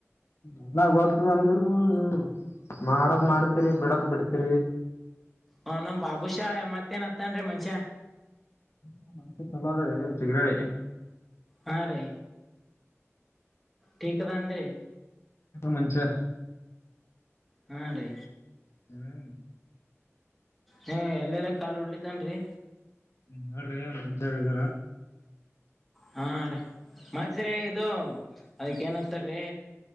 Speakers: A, on the left; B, in the centre.
A: ಲ್ಲ ವರ್ತು ಅಂದರು ನ ಮಾಡದ್ ಮಾಡತಿರಿ ಬಿಡದ್ ಬಿಡ್ತಿರಿ.
B: ಹ ನಮ್ ಬಾಬುಷಾ ಮತ್ತೇನ್ ಹತ್ತನ್ೀ ಮನ್ಷ್ಯ.
A: ಮ ಮಂಸ ಚಲೋ ಅದ್ರ ಚಿಗರಾಳಿ.
B: ಹಾ ರೀ ಟಿಕ್ದ ಅಂದ್ರಿ.
A: ಮಂಚ
B: ಹಾ ರೀ
A: ಹ್ಮ್
B: ಹ್ಮ ಎಲ್ಲೆಲ್ಲ ಕಾಲ್ ಉಳಿತನ್ರಿ.
A: ನೀ ನೋಡ್ರಿ ಮಂಚಾಗ ಇದಾರ.
B: ಹಾ ರೀ ಮತ್ರಿ ಇದು ಅದಕ್ಕ ಏನ್ತಾರೀ.